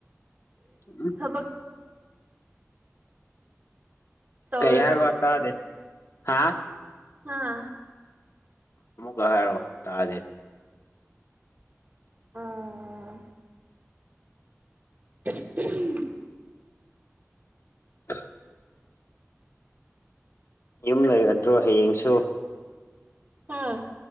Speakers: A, on the left; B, on the right.
A: <inaudible>
B: ꯊꯕꯛ ꯇꯧꯔꯔꯣ
A: ꯀꯩ ꯍꯥꯏꯕ ꯇꯥꯗꯦ ꯍꯥꯥ
B: ꯃꯥ
A: ꯑꯃꯨꯛꯀ ꯍꯥꯏꯔꯛꯑꯣ ꯇꯥꯥꯗꯦ
B: ꯑꯥ <unintelligible>
A: ꯈ ꯌꯨꯝ ꯂꯩꯔꯗ꯭ꯔꯣ ꯍꯌꯦꯡꯁꯨ
B: ꯍꯥꯥ